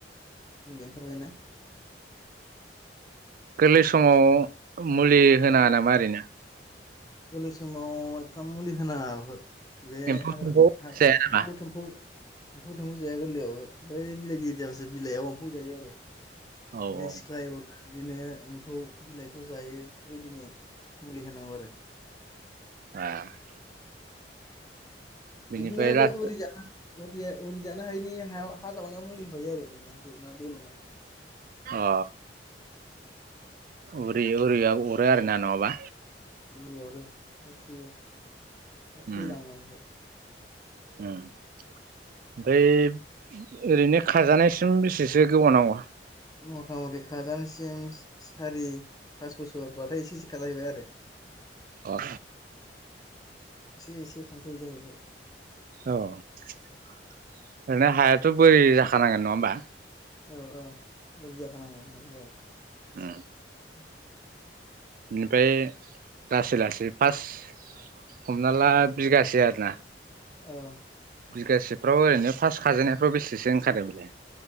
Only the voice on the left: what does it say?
मुलि ओंखारबाय ना?
गोरलै समाव एथाम मुलि होनाङा बे
हाग्रा
एम्फौ थेम्फौ एम्फौ थेम्फौ जाया गोरलैयाव बै बिलाइ गिदिरावसो बिलाइयाव एम्फौ जायो आरो बिदिनो
सिख्लाय अरो बिदिनो एम्फौ बिलाइखौ जायो बे बेदिनो मुलि होनांगौ आरो।
बिदिनो
बै उरि जा उरि जानो हायिनि हायाव हा जावनायाव मुलि होफायो आरो बेनो बे ना बेल'नो
बुरियावल असोयो आरो थैलाङो
ओमफ्राय
मथा मथि खाजानसिम सारि पास बोसोरबाथाय एसे एसे खाजाहैबाय आरो। <unintelligible>
एसे एसे फान्सय जाहैबाय।
औ औ बेदि जाखानांगौ न
<unintelligible>
औ